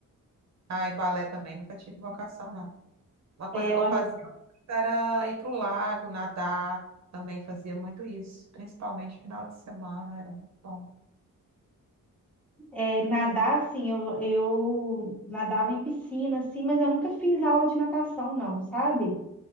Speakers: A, on the right; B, in the centre.
A: Ah, e balé também, nunca tive vocação, não. Uma coisa
B: É,
A: que
B: eu,
A: eu
B: acho-
A: fazia muito era ir pro lago, nadar, também fazia muito isso, principalmente final de semana, era muito bom.
B: é, nadar, assim, eu, eu nadava em piscina, assim, mas eu nunca fiz aula de natação, não, sabe?